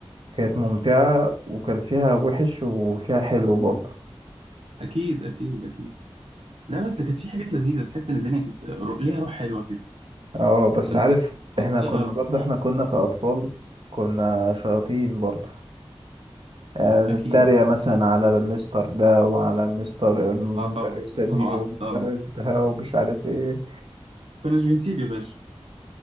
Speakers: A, on the right; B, on the right.
A: كانت ممتعة وكان فيها وحش وفيها حلو برضه
B: اكيد اكيد اكيد لا بس كانت في حاجات لذيذه تحس ان الدنيا كانت رو- ليها روح حلوه كده
A: اه بس
B: كنت
A: عارف
B: بص
A: احنا
B: آه،
A: كنا برضه
B: م،
A: احنا كنا كأطفال كنا شياطين برضه يعني
B: اكيد
A: نتريق مثلا على المستر ده وعلى مستر المدرسة
B: اه طبعا
A: دي
B: طبعا
A: والمدرس
B: طبعا
A: ده ومش عارف ايه
B: كناش بنسيب يا باشا